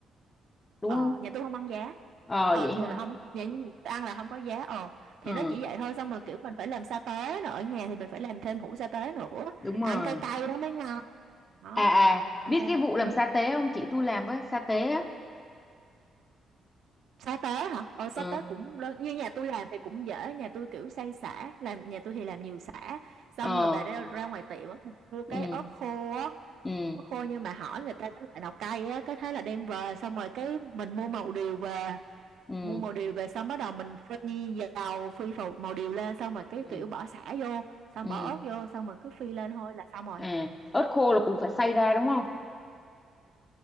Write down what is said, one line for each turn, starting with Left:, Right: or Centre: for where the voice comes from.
Left: đúng
Right: ờ
Left: không
Right: nhà tôi không ăn giá
Left: ờ
Right: ờ
Left: vậy
Right: thường
Left: hả
Right: là không nhà tôi ăn là không có giá ờ thì
Left: ờ
Right: nó chỉ vậy thôi xong rồi kiểu mình phải làm sa tế nữa ở nhà thì mình phải làm thêm hũ sa tế nữa
Left: đúng
Right: ăn
Left: rồi
Right: cay cay nó mới ngon đó
Left: à à
Right: thành
Left: biết
Right: đây
Left: cái
Right: là
Left: vụ
Right: cũng
Left: làm sa tế không chị tôi làm với sa tế á
Right: Sa tế hả? Ờ sa
Left: ờ
Right: tế cũng đơn. Như nhà tôi làm thì cũng dễ, nhà tôi kiểu xay sả, làm nhà tôi thì làm nhiều sả. Xong
Left: ờ
Right: rồi bà ra, ra ngoài tiệm á, mua cái
Left: ừ
Right: ớt khô á,
Left: ừ
Right: ớt khô nhưng mà hỏi người ta cái loại nào cay á, cái thế là đem về xong rồi cái mình mua màu điều về,
Left: ừ
Right: mua màu điều về xong bắt đầu mình phi dầu, phi phù- màu điều lên xong rồi cái
Left: ừ
Right: kiểu
Left: ừ
Right: bỏ sả vô, xong
Left: ừ.
Right: bỏ ớt vô xong rồi cứ phi lên thôi là xong rồi.
Left: à ớt khô là cũng phải xay ra đúng không